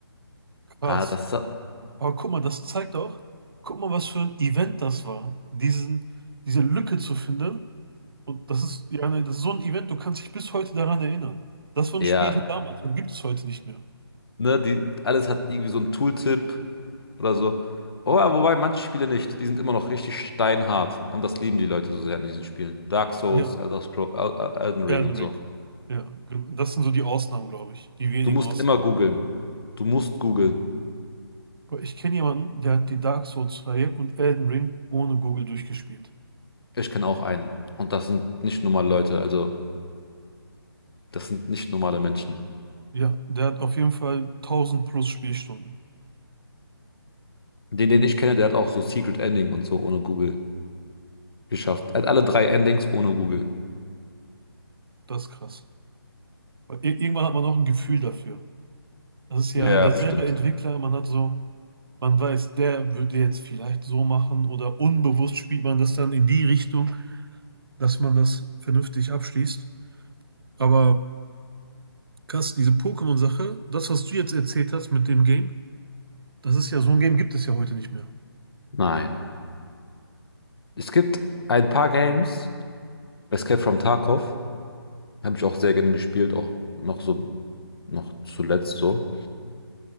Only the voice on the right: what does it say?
Krass.
Aber guck mal, das zeigt auch, guck mal, was für ein Event das war, diesen, diese Lücke zu finden. Und das ist, ja, ne, das ist so ein Event, du kannst dich bis heute daran erinnern. Das waren
Spiele damals, das gibt es heute nicht mehr.
Ja,
Elden
Ring. Ja, gen- das sind so die Ausnahmen, glaube ich, die wenigen
Ausnahmen.
Boah, Ich kenne jemanden, der hat die Dark Souls-Reihe und Elden Ring ohne Google durchgespielt.
Ja, der hat auf jeden Fall tausend plus Spielstunden.
Das ist krass. Weil ir- irgendwann hat man auch ein Gefühl dafür. Das ist ja
derselbe
Entwickler, man hat so, man weiß, der würde jetzt vielleicht so machen oder unbewusst spielt man das dann in die Richtung, dass man das vernünftig abschließt. Aber krass, diese Pokémon-Sache, das, was du jetzt erzählt hast mit dem Game, das ist ja, so ein Game gibt es ja heute nicht mehr.